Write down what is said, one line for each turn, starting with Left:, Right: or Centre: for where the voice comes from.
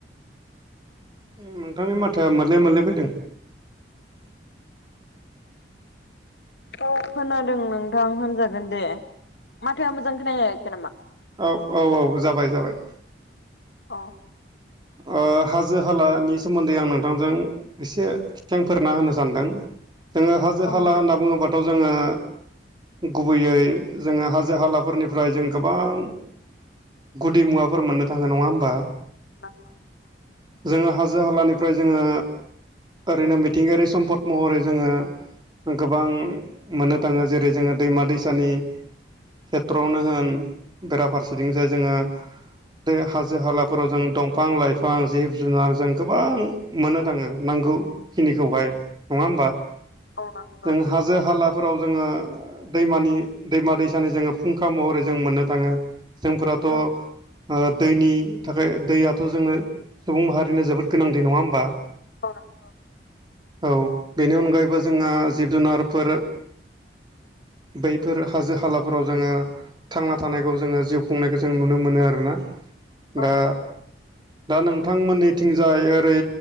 Right: उम नोंथांनि माथाया मोरले मोरले फैदों। <inaudible>
Left: औ खोनादों नोंथां होनजागोन दे। माथोआ मोजां खोना हैयाखै नामा?
Right: औ औ औ जाबाय जाबाय।
Left: अ।
Right: ओ हाजो हालानि सोमोन्दै आं नोंथांजों एसे खेंफोरना होनो सानदों। जोङो हाजो
Left: औ
Right: हाला
Left: दे
Right: होनना
Left: नंगौ
Right: बुङोबाथ' जोङो गुबैयै जोङो हाजो हालाफोरनिफ्राय जों गोबां गुदि मुवाफोर मोननो थाङो नङा होमबा
Left: <unintelligible>
Right: जोङो हाजो हालानिफ्राय जोङो ओरैनो मिथिंगायारि सम्पद महरै जोङो गोबां मोननो थाङो जेरै जोङो दैमा दैसानि खेथ्र'आवनो होन बेराफारसेथिं जे जोङो बे हाजो हालाफोराव जों दं फां लाइफां जिब जुनार जों गोबां मोननो थाङो नांगौखिनिखौहाय। नङा होमबा
Left: औ नं
Right: जों हाजो हालाफोराव जोङो दैमानि दैमा दैसानि जोङो फुंखा महरै जों मोननो थाङो। जोंफोराथ' ओ
Left: औ
Right: दैनि थाखाय दैया थ' जोंनो सुबुं माहारिनो जोबोद गोनां दै नङा होमबा।
Left: औ नं
Right: औ बेनि अनगायैबो जोंहा जिब जुनारफोर बैफोर हाजो हालाफोराव जोङो थांना थानायखौ जोङो जिउ खुंनायखौ जों नुनो मोनो आरो ना।
Left: औ
Right: दा
Left: नंगौ
Right: दा नोंथांमोननिथिंजाय ओरै